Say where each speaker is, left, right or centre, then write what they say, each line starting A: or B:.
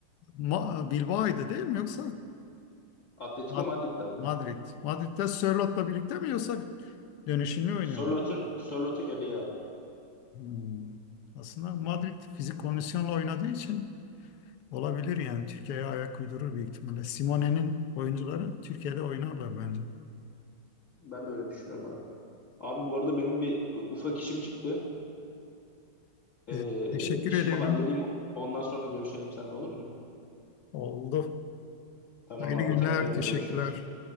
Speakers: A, on the left (about 70°); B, on the left (about 45°).
A: Ma- Bilbao'ydu değil mi yoksa
B: Atletico
A: Ma-
B: Madrid'di abi.
A: Madrid? Madrid'de Sörlot'la birlikte mi yoksa dönüşümlü oynuyor
B: Sörloth'un
A: mu?
B: Sörloth'un yedeği abi.
A: Hmm. Aslında Madrid fizik kondisyonla oynadığı için Olabilir yani Türkiye'ye ayak uydurur büyük ihtimalle. Simone'nin oyuncuları Türkiye'de oynarlar bence.
B: Ben de öyle düşünüyorum abi. Abi bu arada benim bir ufak işim çıktı. Ee,
A: E, teşekkür
B: işimi
A: ediyorum.
B: halledeyim. Ondan sonra görüşelim seninle olur mu?
A: Oldu.
B: Tamam
A: Hayırlı
B: abi
A: günler.
B: kendine iyi bak
A: Teşekkürler.
B: görüşürüz.